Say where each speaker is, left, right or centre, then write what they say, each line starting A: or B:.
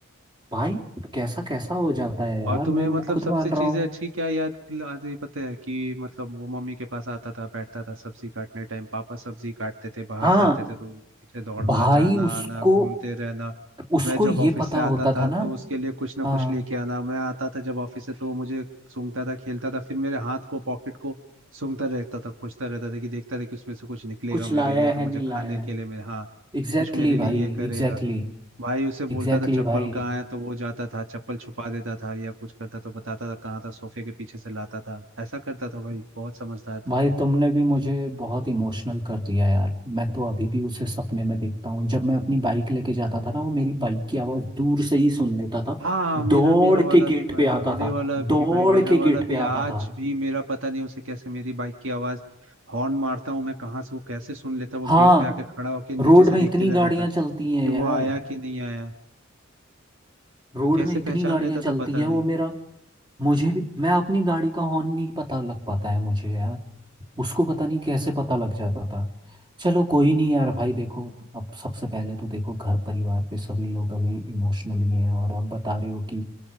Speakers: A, on the right; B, on the right.
A: भाई कैसा कैसा हो जाता है यार
B: और तुम्हें
A: मैं
B: मतलब
A: खुद
B: सबसे
A: मान
B: चीजें
A: रहा हूँ
B: अच्छी क्या याद आती है पता है कि मतलब वो मम्मी के पास आता था बैठता था सब्जी काटने टाइम पापा सब्जी काटते थे बाहर
A: हाँ
B: से आते थे तो उनके पीछे दौड़ना
A: भाई
B: जाना
A: उसको
B: आना घूमते रहना
A: उसको
B: मैं जब
A: ये
B: ऑफिस
A: पता
B: से आता
A: होता
B: था
A: था ना
B: तो उसके लिए कुछ ना
A: हाँ
B: कुछ लेके आना मैं आता था जब ऑफिस से तो वो मुझे सूंघता था खेलता था फिर मेरे हाथ को पॉकेट को सूंघता रहता था खोजता रहता था कि देखता था कि उसमें से कुछ निकलेगा
A: कुछ
B: मेरे
A: लाया
B: लिए तो
A: है
B: मुझे
A: नहीं
B: खाने
A: लाया
B: के
A: है
B: लिए मेरे हाँ
A: एग्जैक्टली
B: कुछ मेरे
A: exactly
B: लिए
A: भाई
B: ये करेगा
A: एग्जैक्टली
B: भाई उसे
A: एग्जैक्टली
B: बोलता था चप्पल
A: exactly भाई
B: कहाँ है तो वो जाता था चप्पल छुपा देता था या कुछ करता तो बताता था कहाँ था सोफे के पीछे से लाता था ऐसा करता था भाई बहुत समझदार
A: भाई
B: था
A: तुमने भी मुझे बहुत इमोशनल कर दिया यार मैं तो अभी भी उसे सपने में देखता हूँ जब मैं अपनी बाइक लेके जाता था ना वो मेरी बाइक की आवाज़ दूर से ही सुन लेता था
B: हाँ मेरा
A: दौड़
B: मेरा वाला
A: के गेट
B: भी भाई
A: पे आता
B: मेरे
A: था
B: वाला भी
A: दौड़
B: भाई मेरा
A: के
B: वाला
A: गेट पे
B: भी
A: आता
B: आज
A: था
B: भी मेरा पता नहीं उसे कैसे मेरी बाइक की आवाज हॉर्न मारता हूँ मैं कहाँ से वो कैसे सुन लेता वो
A: हाँ
B: गेट पे आके खड़ा होके नीचे
A: रोड
B: से
A: में
B: देखते
A: इतनी
B: रहता
A: गाड़ियाँ
B: था
A: चलती हैं
B: कि वो
A: यार
B: आया कि नहीं आया
A: रोड
B: कैसे
A: में इतनी
B: पहचान
A: गाड़ियाँ
B: लेता
A: चलती
B: था पता
A: है
B: नहीं
A: वो मेरा मुझे भी मैं अपनी गाड़ी का हॉर्न नहीं पता लग पाता है मुझे यार उसको पता नहीं कैसे पता लग जाता था चलो कोई नहीं यार भाई देखो अब सबसे पहले तो देखो घर परिवार पे सभी लोग अभी इमोशनली हैं और आप बता रहे हो कि